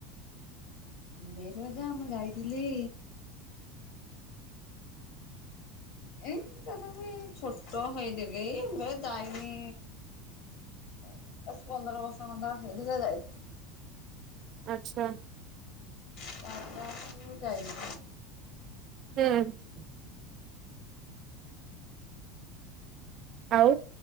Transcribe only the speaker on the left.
ବିରଜା ମୁଁ ଯାଇଥିଲି। ଏ ତା ତ ମୁ ଛୋଟ ହେଇଥିଲି ଏବେ ଯାଇନି। ଉଁ ଦଶ ପନ୍ଦର ବର୍ଷ ଖଣ୍ଡେ ହେଇଥିଲା ଯାଇଥିଲି।
ତାାପରେ ମୁଁ ଯାଇନି।